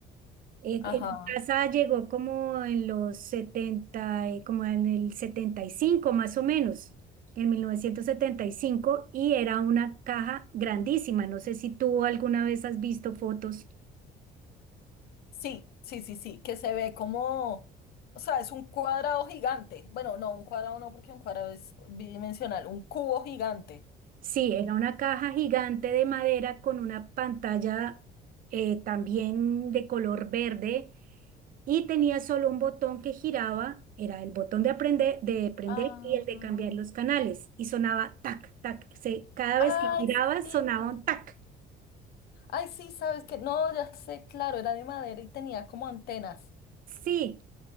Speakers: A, on the right; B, on the left.
A: Eh,
B: Ajá.
A: en mi casa llegó como en los 70 eh, como en el 75 más o menos, en 1975 y era una caja grandísima. No sé si tú alguna vez has visto fotos
B: Sí, sí, sí, sí, que se ve como, o sea, es un cuadrado gigante. Bueno, no, un cuadrado no, porque un cuadrado es bidimensional, un cubo gigante.
A: Sí, era una caja gigante de madera con una pantalla eh, también de color verde y tenía solo un botón que giraba, era el botón de aprender, de prender
B: Ah,
A: y el de cambiar los canales y sonaba tac, tac, se- cada
B: Ay,
A: vez que giraba
B: sí.
A: sonaba un tac.
B: Ay, sí, sabes que, no, ya sé, claro, era de madera y tenía como antenas.
A: Sí,